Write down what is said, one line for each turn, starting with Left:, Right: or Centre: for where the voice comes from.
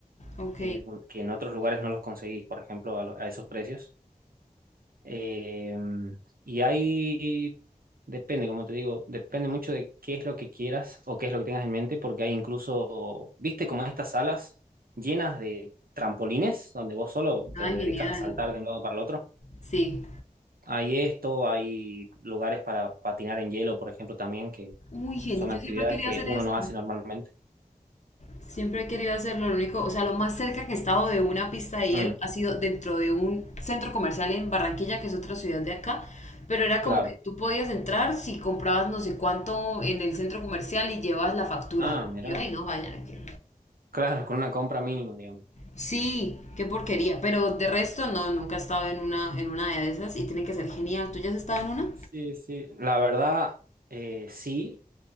Left: ok,
Right: eh, que en otros lugares no los conseguís, por ejemplo, a, lo- a esos precios. Eh, y hay, depende, como te digo, depende mucho de qué es lo que quieras o qué es lo que tengas en mente, porque hay incluso, viste, como estas salas llenas de trampolines, donde vos solo te
Left: ah,
Right: dedicas
Left: genial,
Right: a saltar de un lado para el otro.
Left: sí.
Right: Hay esto, hay lugares para patinar en hielo, por ejemplo, también, que
Left: Uy, genial,
Right: son
Left: yo
Right: actividades
Left: siempre quería
Right: que
Left: hacer
Right: uno
Left: eso.
Right: no hace normalmente.
Left: Siempre he querido hacerlo, lo único, o sea, lo más cerca que he estado de una pista de hielo
Right: Mm,
Left: ha sido dentro de un centro comercial en Barranquilla, que es otra ciudad de acá, pero era
Right: claro.
Left: como que tú podías entrar si comprabas no sé cuánto en el centro comercial y llevabas la factura.
Right: Ah, mirá.
Left: Yo, ay, no, vayan que-
Right: Claro, con una compra mínima, digamos.
Left: Sí, qué porquería, pero de resto no, nunca he estado en una, en una de esas y tiene que ser genial. ¿Tú ya has estado en una?
Right: Sí, sí. La verdad, eh, sí.